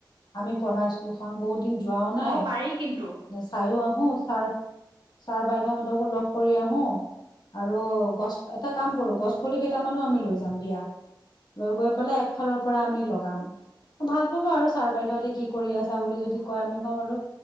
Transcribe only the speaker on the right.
অ পাৰি কিন্তু